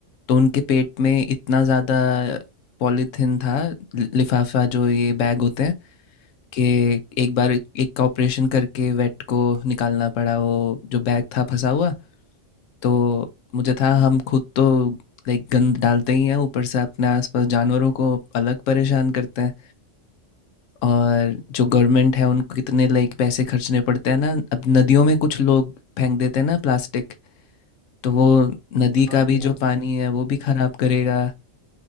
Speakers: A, on the left; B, in the centre.
A: तो उनके पेट में इतना ज़्यादा पॉलीथिन था लि- लिफाफा जो ये बैग होते हैं कि एक बार एक एक का ऑपरेशन करके वेट को निकालना पड़ा वो जो बैग था फंसा हुआ तो मुझे था हम खुद तो लाइक गंद डालते ही हैं ऊपर से अपने आसपास जानवरों को अलग परेशान करते हैं और जो गवर्नमेंट है उनको कितने लाइक पैसे खर्चने पड़ते हैं ना अब नदियों में कुछ लोग फेंक देते हैं ना प्लास्टिक तो वो नदी
B: हाँ
A: का
B: जी
A: भी
B: हाँ
A: जो
B: जी
A: पानी है वो भी खराब करेगा